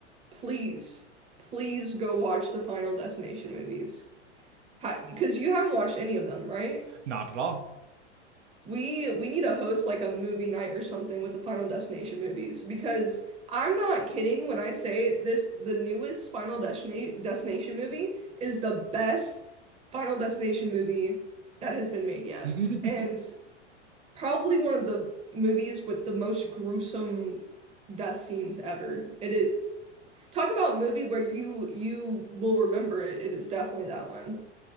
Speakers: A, on the right (about 20°); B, on the right (about 80°).
A: please, please go watch the Final Destination movies. Because you haven't watched any of them, right?
B: Not at all.
A: We we need to host like a movie night or something with the Final Destination movies because I'm not kidding when I say this, the newest Final Destina Destination movie is the best Final Destination movie that has been made yet.
B: <laughs>
A: And probably one of the movies with the most gruesome death scenes ever. It is talk about a movie where you you will remember it. It is definitely that one.